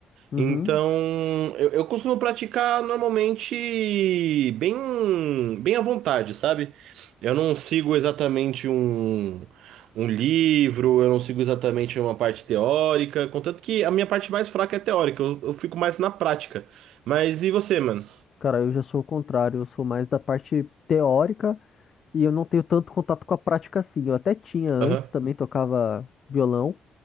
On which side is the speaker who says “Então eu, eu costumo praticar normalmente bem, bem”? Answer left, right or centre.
Right